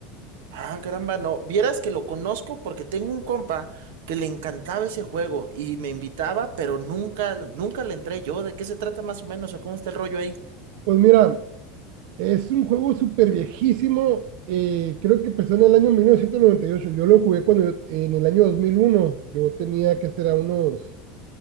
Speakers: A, on the right (about 80°); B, on the right (about 65°).
A: Ah, caramba, no. Vieras que lo conozco porque tengo un compa que le encantaba ese juego y me invitaba, pero nunca, nunca le entré yo. ¿De qué se trata más o menos o cómo está el rollo ahí?
B: Pues mira, Es un juego súper viejísimo. eh, creo que empezó en el año 1998. Yo lo jugué cuando yo- en el año dos mil uno, Yo tenía que ser a unos